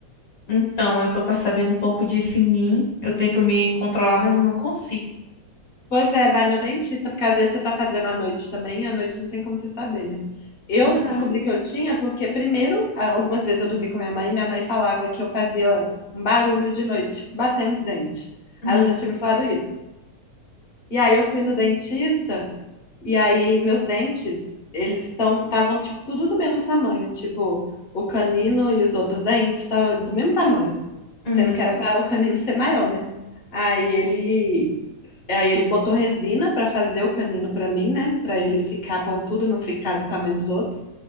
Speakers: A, on the left; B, on the left.
A: Então, eu tô percebendo um pouco disso em mim. Eu tento me controlar, mas eu não consigo.
B: Pois é, vai no dentista, porque às vezes você tá fazendo à noite também, e à noite não tem como você saber, né? Eu
A: Ah,
B: descobri que eu tinha porque, primeiro, a- algumas vezes eu dormi com minha mãe, e minha mãe falava que eu fazia um barulho de noite, tipo, batendo os dentes.
A: hum,
B: Aí ela já tinha me falado isso. E aí eu fui no dentista, e aí meus dentes, eles estão, estavam, tipo, tudo do mesmo tamanho, tipo, o canino e os outros dentes estavam do mesmo tamanho,
A: uhum,
B: sendo que era para o canino ser maior, né? Aí ele Aí ele botou resina pra fazer o canino pra mim, né? Pra ele ficar pontudo, não ficar do tamanho dos outros.